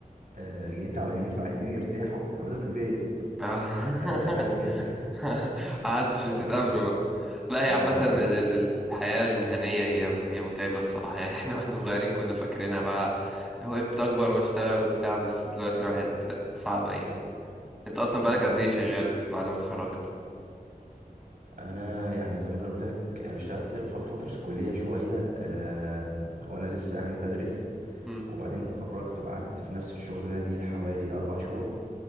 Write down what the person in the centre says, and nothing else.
اه <laughs>
<laughs> محدش
هتتقابلوا
بقى لا هي
عامة ال-
ال- ال- الحياة المهنية هي هي متعبة الصراحة يعني <laughs> احنا واحنا صغيرين كنا فاكرينها بقى اللي هو امتى اكبر واشتغل وبتاع بس دلوقتي الواحد صعب يعني انت اصلا بقالك
قد ايه شغال بعد ما اتخرجت
امم